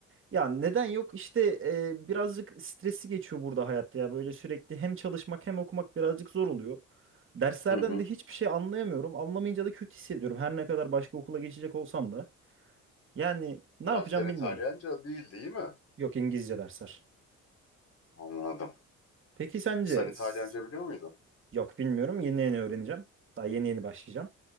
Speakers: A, on the right; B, on the left.
A: Ya neden yok? işte e, birazcık stresi geçiyor burada hayatta ya. Böyle sürekli hem çalışmak hem okumak birazcık zor oluyor. Derslerden
B: Hı hı.
A: de hiçbir şey anlayamıyorum. Anlamayınca da kötü hissediyorum. Her ne kadar başka okula geçecek olsam da. Yani ne
B: Dersler
A: yapacağım
B: İtalyanca
A: bilmiyorum.
B: değil değil mi?
A: Yok İngilizce dersler.
B: Anladım.
A: Peki sence?
B: Sen İtalyanca
A: s-
B: biliyor muydun?
A: Yok bilmiyorum. Yeni yeni öğreneceğim. Daha yeni yeni başlayacağım.